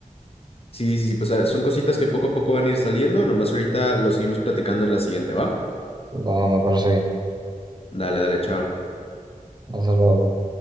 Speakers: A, on the left; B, on the right.
A: Sí, sí, sí, pues ah, son cositas que poco a poco van a ir saliendo, nomás ahorita lo seguimos platicando en la siguiente, ¿va?
B: Va, me parece bien.
A: Dale, dale, chao.
B: Hasta luego.